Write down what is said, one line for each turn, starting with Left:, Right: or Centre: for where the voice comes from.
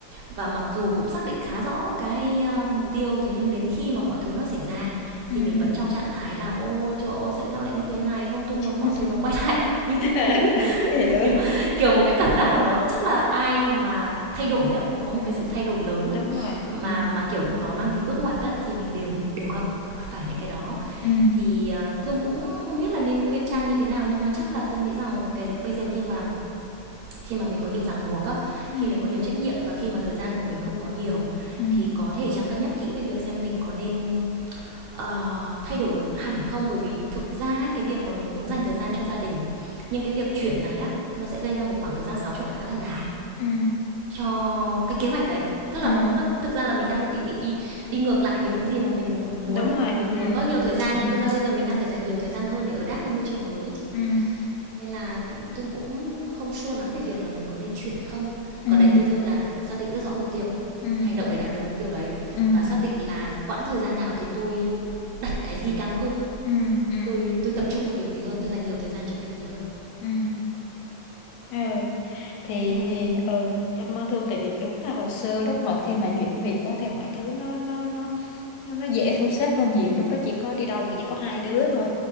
Right: và mặc dù cũng xác định khá rõ cái à, mục tiêu thế nhưng đến khi mà mọi thứ nó xảy ra
Left: ừ.
Right: thì mình vẫn trong trạng thái là ôi trời ơi tại sao lại như thế này không tôi muốn mọi
Left: <laughs>
Right: thứ nó quay <laughs> lại như thực
Left: Ờ,
Right: cũ <laughs>
Left: hiểu
Right: kiểu kiểu một cái cảm giác mà nó chắc là ai mà thay đổi á có một
Left: ừ
Right: cái sự thay đổi lớn
Left: đúng
Right: á
Left: rồi
Right: mà
Left: ừ
Right: mà kiểu nó mang tính bước ngoặt á thì mình
Left: ừ
Right: đều đều gặp phải những cái đó
Left: ừ
Right: thì à, thương cũng không biết là nên khuyên trang như thế nào nhưng mà chắc
Left: ừ
Right: là tôi nghĩ rằng cái bây giờ khi mà khi mà mình có nhiều ràng buộc á
Left: ừ
Right: khi mình có nhiều trách nhiệm và khi mà thời gian của mình không có nhiều
Left: ừ
Right: thì có thể trang cân nhắc kỹ về việc xem mình có nên ờ, thay đổi hẳn không bởi vì thực ra ấy, cái việc mà mình muốn dành thời gian cho gia đình nhưng cái việc chuyển này á nó sẽ gây ra một khoảng thời gian xáo trộn khá là dài
Left: ừ
Right: cho cái kế hoạch đấy tức
Left: ừ
Right: là nó, nó thực ra là mình đang bị bị đi đi ngược lại với những gì mà mình
Left: đúng
Right: muốn
Left: rồi
Right: mình
Left: ừ
Right: muốn có nhiều thời gian
Left: ừ
Right: nhưng thực ra bây giờ mình đang phải dành nhiều thời gian hơn để ở đáp với môi trường mới đấy chứ
Left: ừ
Right: nên là Thương cũng không sure lắm về việc là mình có nên chuyển không.
Left: ừ
Right: Còn đấy như Thương là xác định rất rõ mục tiêu,
Left: ừ
Right: hành động để đạt được mục tiêu đấy
Left: ừ
Right: và xác định là quãng thời gian nào thì tôi đặt cái gì cao hơn,
Left: ừ ừ
Right: tôi tôi tập trung vào việc gì hơn, tôi dành nhiều thời gian cho việc gì hơn.
Left: ừ ừ thì
Right: Yeah.
Left: thì ừ cảm ơn Thương tại vì đúng là hồi xưa lúc mà khi mà chuyển việc á thì mọi thứ nó nó nó nó nó dễ thu xếp hơn nhiều lúc đó chỉ có đi đâu thì chỉ có hai đứa thôi